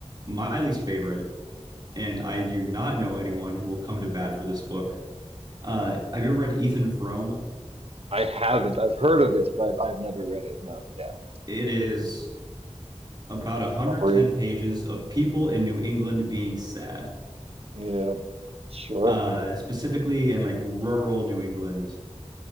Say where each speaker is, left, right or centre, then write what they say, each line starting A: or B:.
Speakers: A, on the right (about 40°); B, on the right (about 55°).
A: my least favorite, and I do not know anyone who will come to bat for this book. Uh, have you ever read Ethan Frome?
B: I haven't. I've heard of it, but I've I've never read it. No, yeah.
A: It is about 110
B: Top read.
A: pages of people in New England being sad,
B: Yeah, sure.
A: uh, specifically in like rural New England.